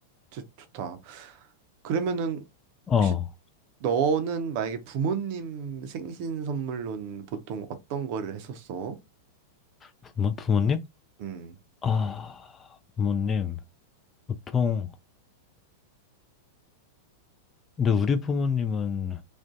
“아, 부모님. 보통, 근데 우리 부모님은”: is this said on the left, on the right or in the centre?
Left